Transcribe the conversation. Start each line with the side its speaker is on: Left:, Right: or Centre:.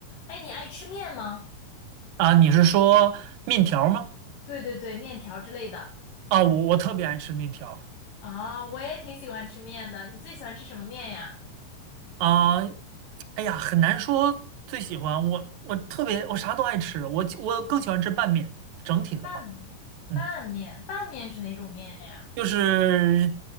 Left: 哎，你爱吃面吗？
Right: 啊，你是说面条吗？
Left: 对对对，面条之类的
Right: 啊，我我特别爱吃面条
Left: 啊，我也挺喜欢吃面的。你最喜欢吃什么面呀？
Right: 啊，哎呀，很难说最喜欢我，我特别我啥都爱吃，我我更喜欢吃拌面。整体的话，
Left: 拌面。
Right: 嗯，
Left: 拌面，拌面是哪种面呀？
Right: 就是